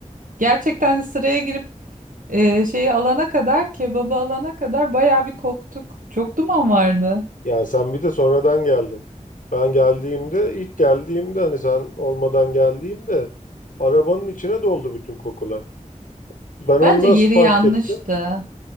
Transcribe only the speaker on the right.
gerçekten hani sıraya girip e, şeyi alana kadar, kebabı alana kadar bayağı bir koktuk. Çok duman vardı.
Bence
yeri
yanlıştı.